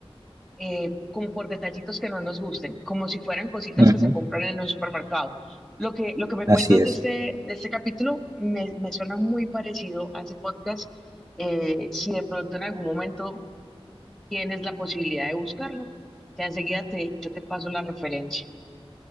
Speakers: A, in the centre; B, on the right.
A: eh, como por detallitos que no nos gusten, como si fueran cositas
B: ujú,
A: que se compran en un supermercado. Lo que, lo que me
B: así
A: cuentas
B: es.
A: de este, de este capítulo me, me suena muy parecido a ese podcast. Eh, si de pronto en algún momento tienes la posibilidad de buscarlo. Ya enseguida te, yo te paso la referencia.